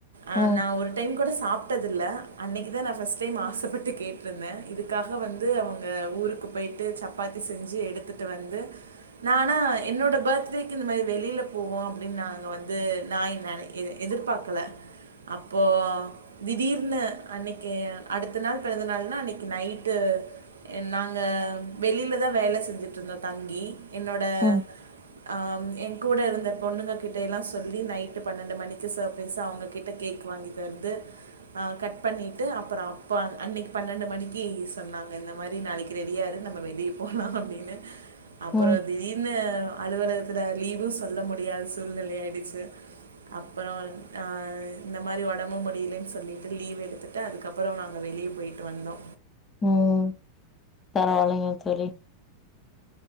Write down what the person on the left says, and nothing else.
ம்
ம்
ம் ம்
ம் பரவாயில்லைங்க தோழி